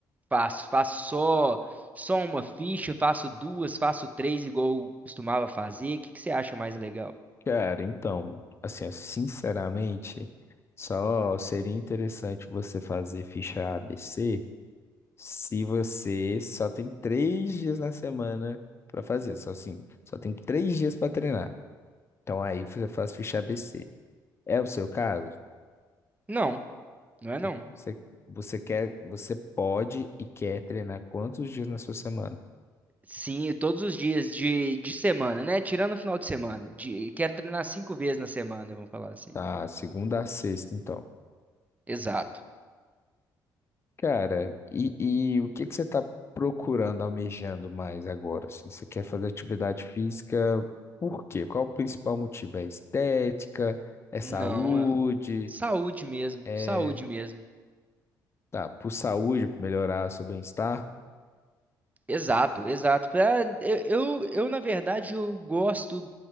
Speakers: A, on the right (about 20°); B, on the left (about 30°).
A: faço? Faço só, só uma ficha, faço duas, faço três, igual eu costumava fazer? O que, que você acha mais legal?
B: Cara, então, assim, ó, sinceramente, só seria interessante você fazer ficha ABC Se você só tem três dias na semana pra fazer, só assim, só tem três dias pra treinar. Então aí você faz ficha ABC. É o seu caso?
A: Não, não é
B: Você,
A: não.
B: você, você quer, você pode e quer treinar quantos dias na sua semana?
A: Sim, todos os dias de, de semana, né? Tirando o final de semana. De, quero treinar cinco vezes na semana, vamos falar assim.
B: Tá, segunda a sexta, então.
A: Exato.
B: Cara, e, e o que que você tá procurando, almejando mais agora? Assim, você quer fazer atividade física? Por quê? Qual o principal motivo? É estética? É saúde?
A: Não, é saúde mesmo,
B: É
A: saúde mesmo.
B: Tá, por saúde, pra melhorar seu bem-estar.
A: Exato, exato. Pra- Eu, eu, eu, na verdade, eu gosto